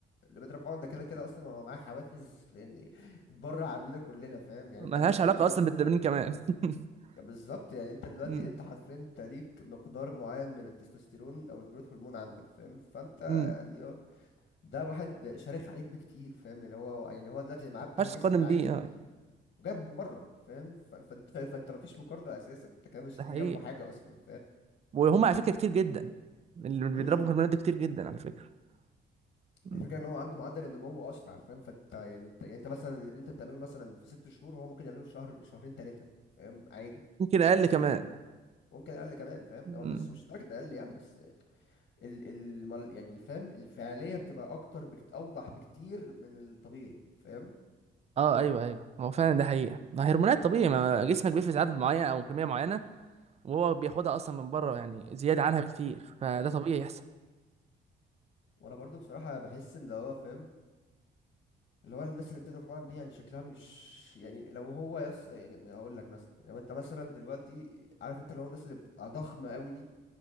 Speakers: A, on the left; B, on the right.
A: اللي بيضرب حقن ده كده كده اصلا هو معاه حوافز يعني بره عننا كلنا فاهم يعني
B: ملهاش
A: انت مثلا
B: علاقه
A: انت
B: اصلا بالتمرين كمان <laughs>
A: بالظبط يعني انت دلوقتي
B: امم
A: انت حرفيا انت ليك مقدار معين من التستوستيرون او الجروث هرمون عندك فاهم فانت
B: امم ما
A: يعني ده واحد شرخ عليك بكتير فاهم يعني هو يعني هو دلوقتي معاه
B: ينفعش
A: بتاع جسمه
B: تقارن
A: العادي
B: بيه اه
A: وجايب مرة فاهم ف- فانت فانت مفيش مقارنة اساسا انت كده مش
B: ده
A: هتيجي
B: حقيقي
A: جنبه حاجة اصلا
B: وهم على فكره كتير جدا اللي بيضربوا
A: فاهم
B: هرمونات ده كتير جدا على فكره مم.
A: الفكره ان هو عنده معدل النمو اسرع فاهم فانت يعني انت يعني انت مثلا اللي انت بتعمله مثلا في ست شهور هو ممكن يعمله في شهر شهرين ثلاثه فاهم عادي
B: يمكن اقل كمان
A: ممكن اقل كمان فاهم
B: مم.
A: هو مش مش لدرجه اقل يعني بس ال ال مال- يعني فاهم الفعاليه بتبقى اكتر بكت اوضح بكتير من الطبيعي فاهم
B: اه ايوه ايوه هو فعلا ده حقيقه ما هرمونات طبيعي ما جسمك بيفرز عدد معين او كميه معينه وهو بياخدها اصلا من بره يعني زياده عنها بكتير فده طبيعي يحصل
A: وانا برضو بصراحه بحس ان اللي هو فاهم اللي هو الناس اللي بتضرب حقن دي يعني شكلها مش يعني لو هو يس يعني هقول لك مثلا لو انت مثلا دلوقتي عارف انت اللي هو الناس اللي بتبقى ضخمه قوي دي